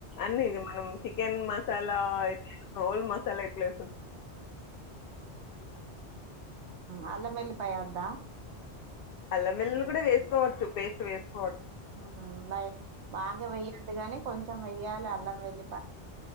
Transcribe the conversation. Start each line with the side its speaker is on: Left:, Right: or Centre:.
Left: అన్ని మనం చికెన్ మసాలా ఎట్లా ఇస్తామో మసాల ఎట్లే
Right: ఆ అల మేలి పయద్దా
Left: అల్లమెల్లులు కూడా వేసుకోవచ్చు పేస్ట్ వేకో
Right: హ లైట్ బాగా వెయ్యద్దు గాని కొంచెం వెయ్యాలి అల్లం వెళ్ళి